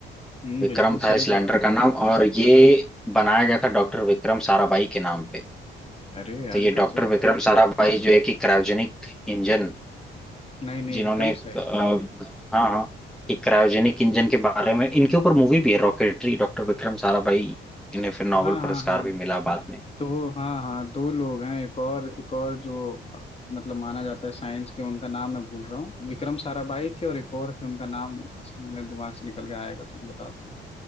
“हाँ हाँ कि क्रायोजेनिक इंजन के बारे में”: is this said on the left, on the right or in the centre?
Centre